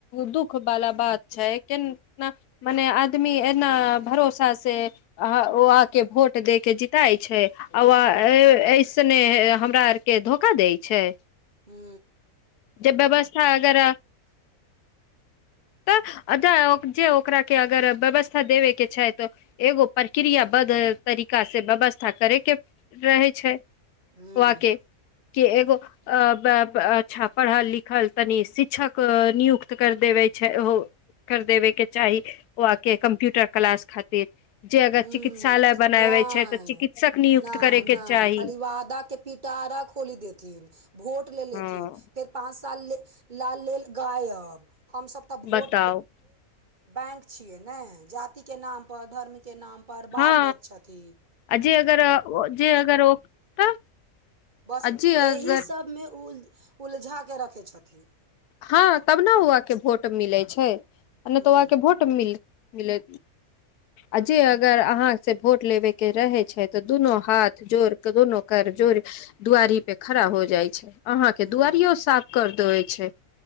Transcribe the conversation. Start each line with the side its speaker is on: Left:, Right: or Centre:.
Left: दुख खूब बाला बात छै मने आदमी एना भरोसा से ओ आके भोट दे के जीताइ छै उ आ
Right: हूँ
Left: ऐसने हमरा आरके धोखा दै छै
Right: हू
Left: जेव्यवस्था अगर त अ जे ओकरा के अगर व्यवस्था देबे के छै तऽ एगो प्रक्रिया बद् तरीका से व्यव व्या करे के रहै छैय
Right: हूँ
Left: वके कि एगो अ छ पढ़ल लिखल तनि शिक्षक नियुक्त करि देबै छै हौ कर देबेके चाही ओ आके कम्प्यूटर क्लास खातिर जे अगर
Right: ह
Left: चिकित्सालय बनाबे
Right: नहि
Left: छै तऽ चिकित्सक नियुक्त
Right: नहि
Left: करे
Right: नहि
Left: के चाही
Right: खाली वादा के पिटा देथिन भोट लेथिन
Left: हँ
Right: फेर पाँच साल लाल लेल गायब हमस तऽ भोट
Left: बताउ
Right: बैंक छियै ने जाति के नाम पर धर्म के नाम पर बाँट
Left: हँ
Right: दैत छथि
Left: आ जे अगर अ, ओ- जे अगर ओ तऽ
Right: बस
Left: आ जे
Right: एहि
Left: अगर
Right: सभमे उल उलझा कऽ रखै छथि
Left: हँ तब ने उआके भोट मिलै छै आ नहि
Right: हूँ
Left: तऽ ओआके भोट मिल मिले आ जे अगर अहाँ सँ भोट लेबयके रहैत छै तऽ दुनू हाथ जोड़ कऽ दुनू कर जोड़ दुआरी पे खड़ा हो जाय छै अहां के
Right: हूँ
Left: दुआरियो साफ कर देे छै